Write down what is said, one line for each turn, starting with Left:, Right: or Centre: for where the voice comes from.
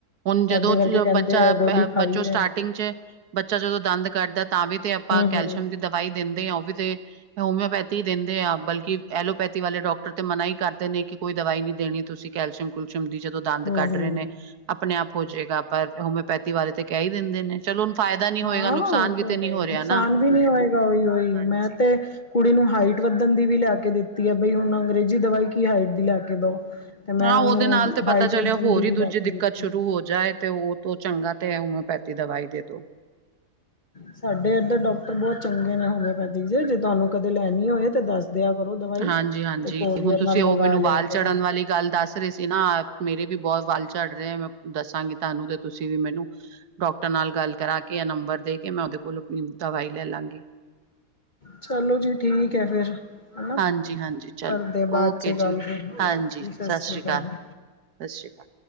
Right: ਹੁਣ
Left: ਸਾਡੇ
Right: ਜਦੋਂ
Left: ਵਰਗੇ ਕਹਿੰਦੇ
Right: ਬੱਚਾ
Left: ਹੈ ਗੋਲੀ ਖਾਈ
Right: ਬੱਚੋ ਸਟਾਰਟਿੰਗ
Left: ਹੈ
Right: ਚ ਬੱਚਾ ਜਦੋਂ ਦੰਦ ਕਰਦਾ ਤਾਂ ਵੀ ਤੇ ਆਪਾਂ
Left: ਹਮ
Right: ਕੈਲਸ਼ੀਅਮ
Left: ਹਮ
Right: ਦੀ ਦਵਾਈ ਦਿੰਦੇ ਹਾਂ ਉਹ ਵੀ ਤੇ ਹੋਮੀਿਓਪੈਥੀ ਦਿੰਦੇ ਹਾਂ ਬਲਕਿ ਐਲੋਪੈਥੀ ਵਾਲੇ ਡਾਕਟਰ ਤੇ ਮਨਾ ਹੀ ਕਰਦੇ ਨੇ ਕਿ ਕੋਈ ਦਵਾਈ ਨੀ ਦੇਣੀ ਤੁਸੀਂ ਕੈਲਸ਼ਅਮ ਕੁਲਅਮ ਦੀਦ
Left: ਹਮ
Right: ਕੱਢ
Left: ਹਮ
Right: ਰਹੇ ਨੇ ਆਪਣੇ ਆਪ ਹੋ ਜਾਏਗਾ ਪਰ ਹੋਮਿਓਪੈਥੀ ਬਾਰੇ ਤੇ ਕਹਿ ਹੀ ਦਿੰਦੇ ਨੇ ਚਲੋ ਫਾਇਦਾ ਨੀ ਹੋਏਗਾ
Left: ਹਾਂ ਉਹ
Right: ਨੁਕਸਾਨ ਵੀ
Left: ਤਾਂ
Right: ਤੇ ਨਹੀਂ ਹੋ ਰਿਹਾ
Left: ਨੁਕਸਾਨ
Right: ਨਾ।
Left: ਵੀ ਨੀ ਹੋਏਗਾ ਉਹੀ ਉਹੀ
Right: ਹਾਂਜੀ
Left: ਮੈਂ ਤੇ ਕੁੜੀ ਨੂੰ ਹਾਈਟ ਵ ਦੰ ਦੀ ਵੀ ਲੈ ਕੇ ਦਿੱਤੀ ਹੈ ਬਈ ਹੁਣ ਅੰਗਰੇਜ਼ੀ ਦਵਾਈ ਕੀ ਹਾਈਟ ਦੀ ਲੈ ਕੇ ਦਓ ਤੇ ਮੈਂ
Right: ਹਾਂ
Left: ਉਹਨੂੰ
Right: ਉਹਦੇ ਨਾਲ ਤੇ ਪਤਾ
Left: ਹਾਈਟ
Right: ਚੱਲਿਆ
Left: ਵੱਧਣ
Right: ਹੋਰ
Left: ਦੀ
Right: ਹੀ
Left: ਵੀ ਲੈ
Right: ਦੂਜੀ
Left: ਕੇ
Right: ਦਿੱਕਤ
Left: ਦਿੱਤੀ
Right: ਸ਼ੁਰੂ
Left: ਹੈ
Right: ਹੋ ਜਾਏ ਤੇ ਉਹ ਤੋਂ ਚੰਗਾ ਤੇ ਹੈ ਉਵੇ ਪੈਤੀ ਦਵਾਈ ਦੇ ਦੋ
Left: ਸਾਡੇ ਇੱਧਰ ਡਾਕਟਰ ਬਹੁਤ ਚੰਗੇ ਨੇ ਹੋਮਿਓਪੈਥਿਕ ਜ ਜੇ ਤੁਹਾਨੂੰ ਕਦੇ ਲੈਣੀ ਹੋਏ ਤਾਂ ਦੱਸ ਦਿਆ ਕਰੋ ਦਵਾਈ
Right: ਹਾਂਜੀ ਹਾਂਜੀ
Left: ਤੇ ਕੋਰੀਅਰ
Right: ਹੁਣ ਤੁਸੀਂ
Left: ਨਾਲ ਮੰਗਵਾ
Right: ਉਹ ਮੈਨੂੰ
Left: ਲਿਆ
Right: ਵਾਲ
Left: ਕਰੋ
Right: ਚੜ੍ਹਨ ਵਾਲੀ ਗੱਲ ਦੱਸ ਰਹੇ ਸੀ ਨਾ ਮੇਰੇ ਵੀ ਬਹੁਤ ਵਾਲ ਚਝੜ ਰਿਹਾ ਮੈਂ ਦੱਸਾਂਗੀ ਤੁਹਾਨੂੰ ਤੇ ਤੁਸੀਂ ਵੀ ਮੈਨੂੰ ਡਾਕਟਰ ਨਾਲ ਗੱਲ ਕਰਾਂਗੇ ਕਿ ਆ ਨੰਬਰ ਦੇ ਕੇ ਮੈਂ ਉਹਦੇ ਕੋਲ ਆਪਣੀ ਦਵਾਈ ਲੈ ਲਵਾਂਗੀ
Left: ਚਲੋ ਜੀ। ਠੀਕ ਹੈ ਫੇਿਰ। ਹਨਾ
Right: ਹਾਂਜੀ-ਹਾਂਜੀ ਚਲੋ
Left: ਘਦੇ ਬਾਅਦ
Right: ਓਕੇ
Left: ਚ ਗੱਲ
Right: ਜੀ
Left: ਫਿਰ
Right: ਹਾਂਜੀ
Left: ਸਤਿ ਸ੍ਰੀ
Right: ਸ਼੍ਰੀ
Left: ਅਕਾਲ।
Right: ਸਤਿ ਸ਼੍ਰੀ ਅਕਾਲ।